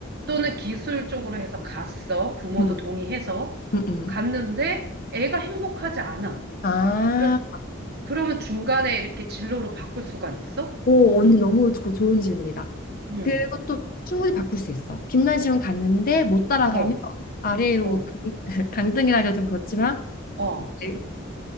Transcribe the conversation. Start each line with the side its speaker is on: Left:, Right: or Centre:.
Right: 또는 기술 쪽으로 해서 갔어, 부모도
Left: 음,
Right: 동의해서
Left: 음, 음.
Right: 갔는데 애가 행복하지 않아.
Left: 아,
Right: 그럼, 그러면 중간에 이렇게 진로로 바꿀 수가 있어?
Left: 오, 언니 너무 좋고 좋은 질문이다.
Right: 응,
Left: 그것도 충분히 바꿀 수 있어. 김나지움 갔는데 못 따라가면
Right: 어,
Left: 아래로
Right: 어,
Left: 강, <laughs> 강등이라기가 좀 그렇지만
Right: 어,
Left: 이제